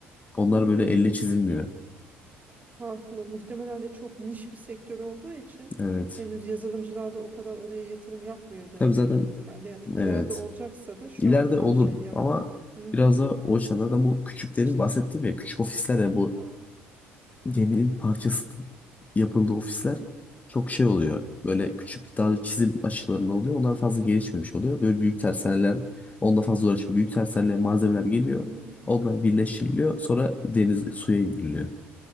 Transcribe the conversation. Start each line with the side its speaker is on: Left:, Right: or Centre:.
Left: onlar
Right: Hı.
Left: böyle elle çizilmiyor.
Right: Farklı. Muhtemelen de çok niş bir sektör olduğu için
Left: Evet.
Right: henüz yazılımcılar da o kadar oraya yatırım yapmıyordur
Left: Tabii
Right: büyük
Left: zaten
Right: ihtimalle. Yani ileride
Left: Evet.
Right: olacaksa da şu
Left: İleride
Right: an daha
Left: olur
Right: şey yap.
Left: ama
Right: Hı hı.
Left: biraz da o açıdan da bu küçüklerin
Right: İşte.
Left: bahsettiğim ya küçük ofisler ya bu
Right: Ha.
Left: geminin parçasının yapıldığı ofisler
Right: Hı.
Left: çok şey oluyor. Böyle küçük daha çizim aşılarında oluyor. Onlar fazla gelişmemiş oluyor. Böyle büyük tersaneler onunla fazla uğraşmıyor. Büyük tersanelere malzemeler geliyor.
Right: Hı.
Left: Onlar birleştiriliyor. Sonra deniz suya indiriliyor.